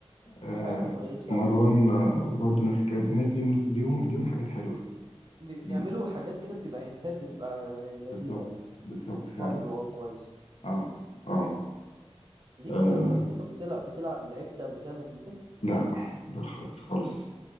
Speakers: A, on the left; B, on the right.
A: آه
B: ليه حاجات كويسة
A: مروان آه، برضه نفس الكلام الناس دي ليهم ليهم حاجات حلوه
B: وبيعملوا
A: إن-
B: حاجات كده بتبقى هتات بتبقى لذيذة
A: بالظبط
B: يعني
A: بالظبط فعلا
B: بابلو اه كويس
A: اه اه
B: ليك
A: آه،
B: في المزيكا طب بتلعب بتلعب لعبت قبل كده مزيكا
A: لا لا خالص